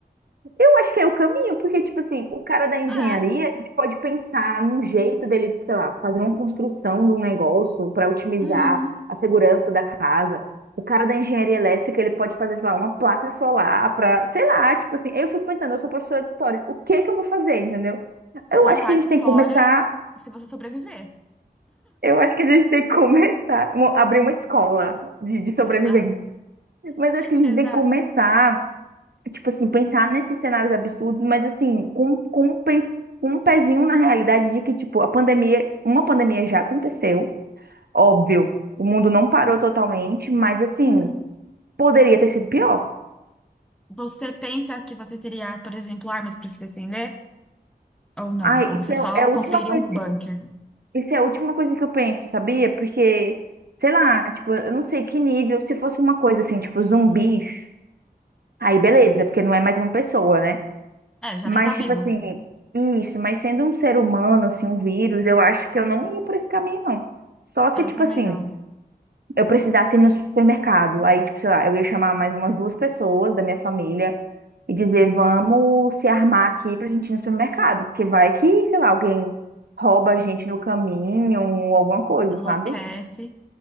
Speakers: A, on the right; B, in the centre.
A: Eu acho que é o caminho, porque, tipo assim, o cara da engenharia,
B: É,
A: ele pode pensar num jeito dele, sei lá, fazer uma construção de um negócio para otimizar
B: uhum.
A: a segurança da casa. O cara da engenharia elétrica, ele pode fazer, sei lá, uma placa solar para, sei lá, tipo assim, eu fico pensando, eu sou professora de história, o que que eu vou fazer, entendeu? Eu
B: Contar
A: acho que a
B: essa
A: gente
B: história
A: tem que começar,
B: se você sobreviver.
A: eu acho que a gente tem que começar, mo- abrir uma escola de, de sobreviventes.
B: Exato,
A: Mas eu acho que a gente
B: exato.
A: tem que começar tipo assim, pensar nesses cenários absurdos, mas assim, com, com, um pens- com um pezinho na realidade de que, tipo, a pandemia, uma pandemia já aconteceu, óbvio, o mundo não parou totalmente, mas assim,
B: Uhum.
A: poderia ter sido pior.
B: Você pensa que você teria, por exemplo, armas para se defender? Ou não?
A: Ai,
B: Ou
A: isso
B: você
A: é,
B: só
A: é a última
B: construiria
A: coisa,
B: um bunker?
A: isso é a última coisa que eu penso, sabia? Porque, sei lá, tipo, eu não sei que nível, se fosse uma coisa assim, tipo, zumbis, aí beleza, porque não é mais uma pessoa, né?
B: É, já
A: Mas,
B: nem tá vivo,
A: tipo assim,
B: né?
A: isso, mas sendo um ser humano, assim, um vírus, eu acho que eu não ia por esse caminho, não. Só se,
B: É,
A: tipo
B: Eu também
A: assim,
B: não.
A: eu precisasse ir no supermercado. Aí, tipo, sei lá, eu ia chamar mais umas duas pessoas da minha família e dizer, vamos se armar aqui pra gente ir no supermercado. Porque vai que, sei lá, alguém rouba a gente no caminho ou alguma coisa,
B: Enlouquece.
A: sabe?